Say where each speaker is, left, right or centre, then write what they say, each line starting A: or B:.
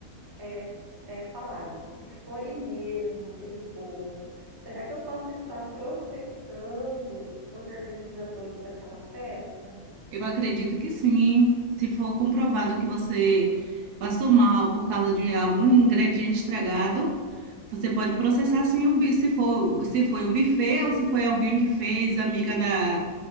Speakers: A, on the right; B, on the right.
A: é, é falado, se foi mesmo aquele bolo, será que eu posso estar processando os organizadores daquela festa?
B: Eu acredito que sim. Se for comprovado que você passou mal por causa de algum ingrediente estragado, você pode processar sim o bi- se for, se foi o buffet ou se foi alguém que fez, amiga da,